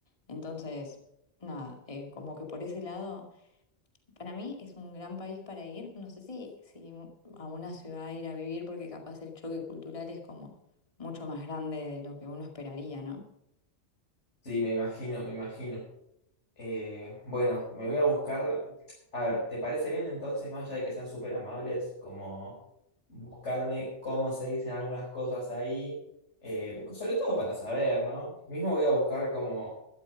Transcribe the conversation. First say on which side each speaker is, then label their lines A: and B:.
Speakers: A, on the left; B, on the left.
A: entonces, nada, eh, como que por ese lado... Para mí es un gran país para ir. No sé si, si a una ciudad ir a vivir, porque capaz el choque cultural es como mucho más grande de lo que uno esperaría, ¿no?
B: Sí, me imagino, me imagino. Eh, bueno, me voy a buscar. A ver, ¿te parece bien entonces, más allá de que sean súper amables, como buscarme cómo se dicen algunas cosas ahí? Eh, sobre todo para saber, ¿no? Mismo voy a buscar como